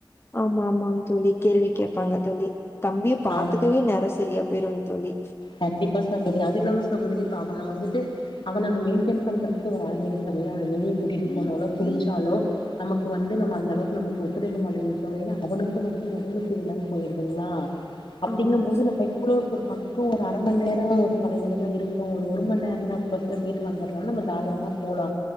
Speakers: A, on the left; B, on the left.
A: ஆமா ஆமா தோழி கேள்வி கேட்பாங்க தோழி தம்பிய பாத்துக்கவே
B: ஆமா
A: நேரோ சரியா பெருந் தோழி
B: கண்டிப்பா சகோதரி அது இல்லாம சகோதரி இப்ப அவங்க வந்துட்டு அவன நா மெயின்டெயின் பண்றதுக்கு ஒரு ஆள் வேணு சகோதரி அவன வெளிய கூட்டிட்டு போனாலோ புடிச்சாலோ நமக்கு வந்து நம்ம அந்த அளவுக்கு நமக்கு ஒத்துழைக்க மாட்டேங்குது தோழி அவனுக்கு வந்து ஒடம்பு சரியிலாம பொயிருதுங்ளா அப்டிங்குபோது
A: ஆ சரி
B: <unintelligible> க்கு ஒரு அர மண் நேரோ ஒரு தொலைவுலதா இருக்கோ ஒரு மண் நேரதா பஸ்ல பொய்ட்டு வந்தற்லா நம்ம தாராளமா போலா